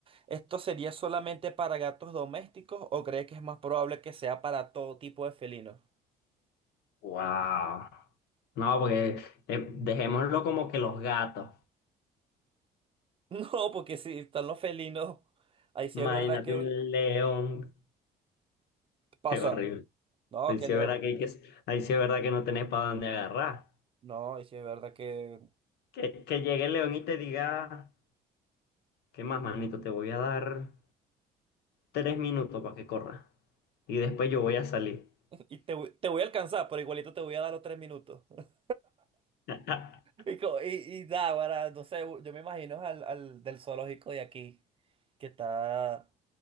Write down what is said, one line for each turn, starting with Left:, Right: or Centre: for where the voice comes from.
Right: ¿esto sería solamente para gatos domésticos o crees que es más probable que sea para todo tipo de felinos? <laughs>
Left: Wow. No, porque eh, dejémoslo como que los gatos.
Right: No, porque si están los felinos, ahí sí
Left: Imagínate
Right: es verdad que
Left: un león. <laughs>
Right: pasa.
Left: Qué horrible.
Right: No,
Left: Ahí
Right: que
Left: sí
Right: Leo,
Left: es verdad que, hay que, ahí sí es verdad que no tenés para dónde agarrar.
Right: no, ahí sí es verdad que
Left: Que, que llegue el león y te diga, ¿qué más, manito? Te voy a dar tres minutos para que corra. Y después yo voy a salir.
Right: Y te, voy- te voy a alcanzar, pero igualito te voy a dar los tres minutos. <laughs>
Left: <laughs>
Right: Y, co- y, y da, para, no sé, yo me imagino al, al del zoológico de aquí, que está,